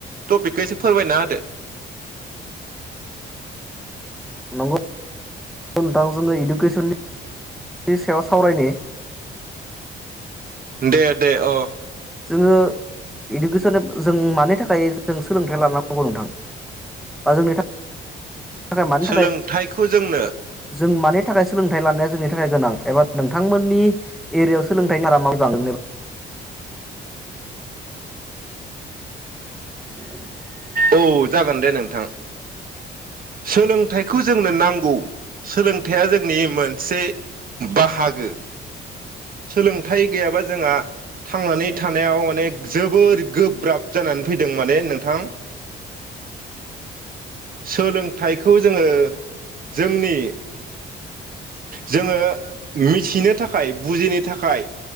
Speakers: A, on the right; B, in the centre.
A: टपिकखौ एसे फोरमायना होदो
B: नंगौ नोंथां जोङो इडुकेसननि सायाव सावरायनि
A: दे दे औ
B: जोङो इडुकेसन जों मानि थाखाय जों सोलोंथाइ लानांगौ नोंथां बा जोंनि थाखाय मानि
A: सोलोंथाइखौ
B: थाखाय
A: जोंनो
B: जों मानि थाखाय सोलोंथाइ लानाया जोंनि थाखाय गोनां एबा नोंथांमोननि एरियायाव सोलोंथाइनि <unintelligible> माबै बांदोंनो <unintelligible>
A: औ जागोन दे नोंथां सोलोंथाइखौ जोंनो नांगौ सोलोंथाइया जोंनि मोनसे बाहागो सोलोंथाइ गैयाबा जोंहा थांनानै थानायाव माने जोबोर गोब्राब जानानै फैदों माने नोंथां सोलोंथाइखौ जोङो जोंनि जोङो मिथिनो थाखाय बुजिनो थाखाय